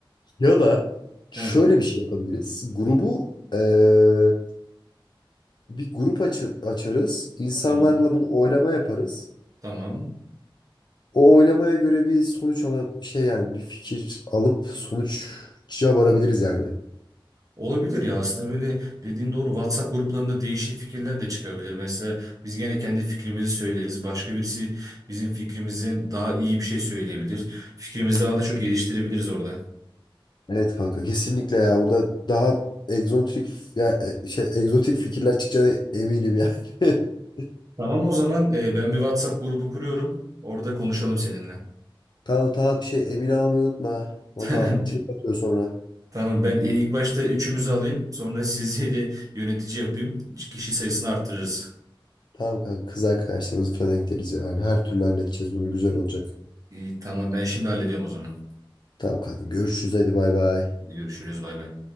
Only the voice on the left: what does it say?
Ya da şöyle
bir şey yapabiliriz. Grubu eee, bir grup açı- açarız. İnsanlarla
bunu oylama yaparız.
O oylamaya göre bir sonuç alıp şey yani bir fikir alıp sonuca varabiliriz yani.
Evet kanka kesinlikle ya. Orada daha egzotik ya e, şey egzotik fikirler çıkacağına eminim yani. <laughs>
Tamam tamam bir şey emin almayı unutma. Valla
trip atıyor sonra.
Tamam kanka kız arkadaşlarımız falan ekleriz yani. Her türlü halledeceğiz bunu güzel olacak.
Tamam kanka görüşürüz hadi bay bay.